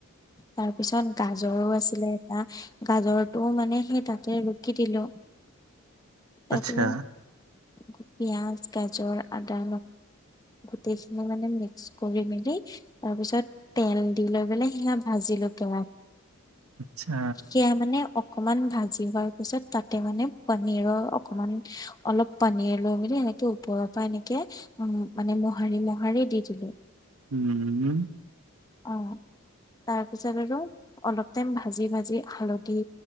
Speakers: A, on the left; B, on the right.
A: তাৰপিছত গাজৰো আছিলে এটা। গাজৰটোও মানে সেই তাতে ৰুকি দিলো তাৰপাছত
B: আচ্ছা,
A: পিয়াজ গাজৰ আদা গোটেই খিনি মানে মিক্স কৰি মেলি তাৰপিছত তেল দি লৈ পেলে সি এতিয়া ভাজিলো কে
B: আচ্ছা,
A: সেয়া মানে, অকমান ভাজি হোৱাৰ পিছত তাতে মানে পানীৰৰ অকমান অলপ পানীৰ লৈ বুলি এইটো ওপৰৰ পৰা এনেকে উ মানে মোহাৰি মোহাৰি দি দিলো।
B: উমম।
A: আ তাৰ পিছত আৰু অলপ টাইম ভাজি ভাজি হালধি